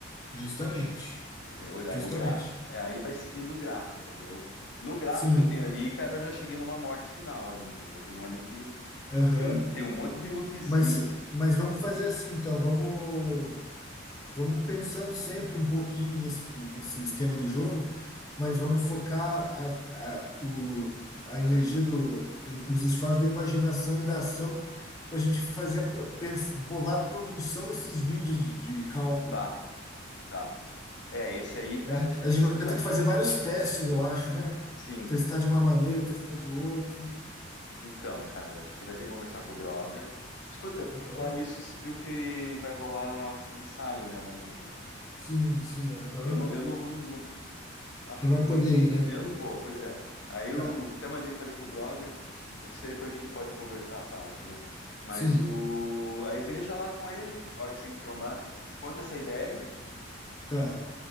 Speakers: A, on the left; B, on the left.
A: justamente,
B: Entendeu? Daí
A: justamente.
B: o gra... é, Aí vai seguindo o grafo, entendeu? No gráfico
A: Sim,
B: que eu tenho ali, cara, eu já cheguei numa morte final ali, entendeu? Tem um ali que
A: aham.
B: tem um, tem um monte de loopzinho,
A: Mas,
B: assim.
A: mas vamos fazer assim, então. Vamos. Vamos pensando sempre um pouquinho nesse, nesse esquema do jogo, mas vamos focar a, a, o, a
B: Os
A: energia
B: es-
A: do, os esforços da imaginação e da ação para a gente fazer a, pro- pens- bolar a produção desses vídeos de, de cálculo,
B: Tá, tá. É, esse aí, cara,
A: né?
B: a gente
A: A
B: tem
A: gente
B: que
A: vai
B: sentar.
A: ter que fazer vários testes, eu acho, né?
B: Sim.
A: Testar de uma maneira, testar de outro.
B: Então, cara, a gente vai ter que conversar com o brother. Escuta, por
A: Aham.
B: falar nisso, você viu que vai rolar um ensaio, né, amanhã, né?
A: Sim, sim, aham.
B: Eu não, eu não vou, não, acho,
A: Não vai poder
B: enfim,
A: ir, né?
B: eu não vou, pois é. Aí eu
A: Tá.
B: até mandei, falei com o brother, mas isso aí depois a gente pode conversar à parte, né? Mas
A: Sim,
B: o, aí veja lá com ele, a hora que você trombar, conta essa ideia,
A: tá.